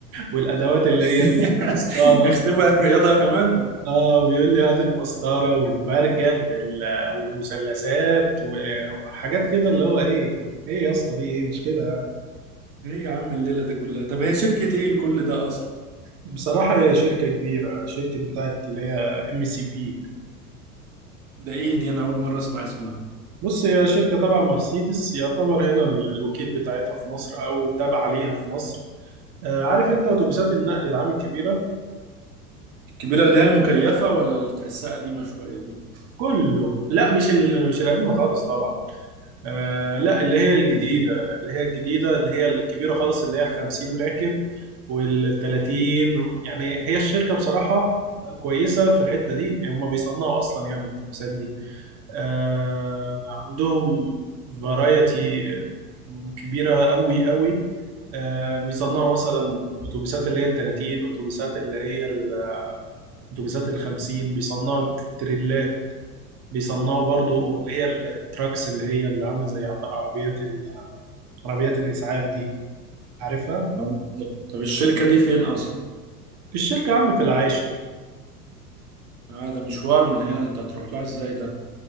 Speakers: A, on the right (about 35°); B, on the right (about 55°).
A: والادوات اللي
B: <laughs>
A: هي المسطره
B: يختبرك رياضة كمان
A: اه بيقول لي هات المسطره والبرجل وال- والمثلثات وحاجات كده اللي هو ايه ايه يا اسطى في ايه مش كده
B: ايه يا عم الليلة دي كلها طب هي شركة ايه لكل ده اصلا
A: بصراحة هي شركة كبيرة شركة بتاعت اللي هي ام سي في
B: ده ايه دي انا اول مرة اسمع اسمها
A: بص هي شركة تبع مرسيدس يعتبر هنا ال- الوكيل بتاعتها في مصر أو تابع ليها في مصر آه، عارف أنت أتوبيسات النقل العام الكبيرة
B: الكبيرة اللي هي المكيفة ولا اللي تحسها قديمة شوية دي
A: كله لا مش ال- مش القديمة خالص طبعا آه، لا اللي هي
B: مم.
A: الجديدة اللي هي الجديدة اللي هي الكبيرة خالص اللي هي 50 راكب وال 30 يعني هي الشركة بصراحة كويسة في الحتة دي يعني هم بيصنعوا أصلا يعني الأتوبيسات دي آه، عندهم فرايتي كبيرة قوي قوي آه، بيصنعوا مثلا أتوبيسات اللي هي التلاتين أتوبيسات اللي هي ال- أتوبيسات الخمسين بيصنعوا تريلات بيصنعوا برضو اللي هي التراكس اللي هي اللي عاملة زي عط- عربيات ال- عربيات الإسعاف دي عارفها؟
B: آه. طب الشركة دي فين اصلا
A: الشركة يا عم في العاشر
B: آه ده مشوار من هنا انت هتروح لها ازاي ده